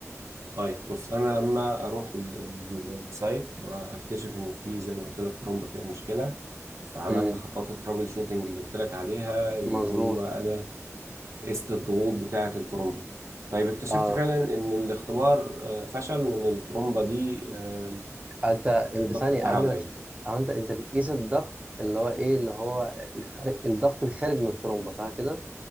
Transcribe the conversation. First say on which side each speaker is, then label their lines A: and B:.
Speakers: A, on the right; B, on the right.
A: طيب بص انا لما اروح ال- ال- السايت واكتشف ان في زي ما قلت لك ترومبه فيها مشكله فعملنا
B: ازاي
A: خطوات الترابل شوتنج اللي قلت لك عليها اللي
B: مظبوط
A: هو انا قست الضغوط بتاعه الترومبه طيب اكتشفت
B: اه
A: فعلا ان الاختبار آه، فشل وان الترومبه دي آه،
B: انت انت
A: الضغط
B: ثانية
A: بتاعها
B: قبل
A: قليل
B: ما تش... آه، انت انت بتقيس الضغط اللي هو ايه اللي هو الخارج الضغط الخارج من الترومبة صح كده؟